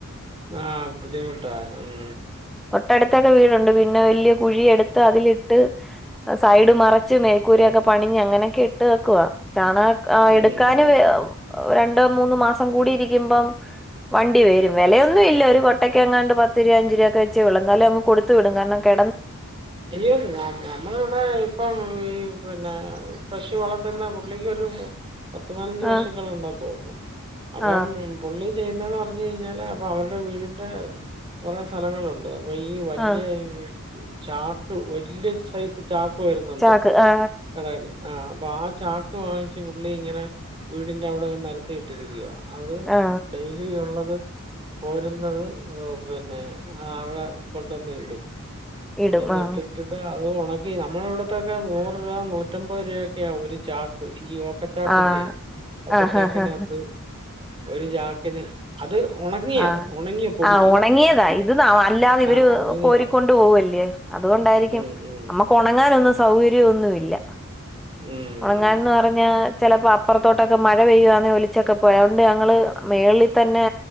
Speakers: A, on the right; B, in the centre.
A: ആഹ് ബുദ്ധിമുട്ടാ ഉം
B: തൊട്ടടുത്തൊക്കെ വീടുണ്ട് പിന്നെ വല്യ കുഴിയെടുത്ത് അതിലിട്ട് സൈഡ് മറ ച്ച് മേൽക്കൂരയൊക്കെ പണിഞ്ഞ് അങ്ങനെയൊക്കെ ഇട്ടേക്കുവാ. ചാണക എടുക്കാനും
A: ഉം ഉം
B: <unintelligible> രണ്ട് മൂന്ന് മാസം കൂടി യിരിക്കുമ്പം വണ്ടി വെരും വെലയൊന്ന് ന്നുല്ല ഒരു കൊട്ടക്കെങ്ങാണ്ട് പത്ത് രൂവഞ്ച് രൂവക്കെച്ചെള്ളൂ എന്നാലു അങ് കൊട്ത്ത് വിടും കാരണം കെ
A: അയ്യോ നം നമ്മള് വടെ ഇപ്പം ഈ പിന്നെ പശു വളർത്തുന്ന പുള്ളിക്കൊരു പത്ത് പതിനഞ്ച്
B: ആ
A: പശുക്കളുണ്ടെന്ന് തോന്നുന്നു. അപ്പം
B: ആ
A: പുള്ളി ചെയ്യുന്നന്ന് <unintelligible> കഴിഞ്ഞാല പ്പൊ അവരുടെ വീടിന്റെ കൊറെ സ്ഥലങ്ങളുണ്ട് അപ്പൊ ഈ വല്ല്യ
B: ആ
A: ഈ ചാക്ക് വെല്ലയൊരു സൈസ് ചാ ക്ക് വരുന്നുണ്ട്
B: ചാക്ക് ആ
A: കടേല് ആ അപ്പൊ ആ ചാക്ക് വാങ്ങിച്ച് ഉള്ളി ഇങ്ങനെ വീടിന്റവടെ നെലത്തി ട്ടിരിക്കുവ അത്
B: ആ
A: ഡയ്ലി ഉള്ള <unintelligible> പോരുന്നത് ഏഹ് പിന്നെ ആ വടെ കൊണ്ടെന്ന് ടും കൊണ്ടന്ന്
B: ഇടും ആ
A: ട്ട് ട്ട് ട്ടാ ത് ഒണക്കി നമ്മളെ വടെത്തെക്കെ നൂറ് രൂപ നൂറ്റമ്പത് രൂപ ക്കെയാ ഒരു ചാക്ക് ഈ ഒ ട്ടച്ചാക്കില്ലേ
B: ആ
A: ഓക്കട്ടാക്കിനകത്ത്
B: ആ ആ
A: ഒരു ചാക്കിന് അത് ഉണങ്ങിയ
B: ആഹ്
A: അത് ഉണങ്ങിയ പൊടിക്ക്
B: ആഹ് ഒണങ്ങിയതാ ഇത് നാ അല്ലാതെ ഇവര്
A: ആ ഉണങ്ങിയതാ
B: കോരിക്കൊണ്ട് പോ പോവല്ലേ അത്കൊണ്ടായിരിക്കും
A: ഉം ഉം
B: അമ്മക്ക് ഒണങ്ങാനൊന്നും സൗകര്യൊന്നുല്ല.
A: ഉം ഉം
B: ഒണങ്ങാൻന്ന് പറഞ്ഞാ ചെലപ്പോ അ പ്പർത്തോട്ടൊക്കെ മഴ പെയ്യുവാന്നെ ഒലിച്ചൊക്കെ പോയോണ്ട് ഞങ്ങള് മേളിതെന്നെ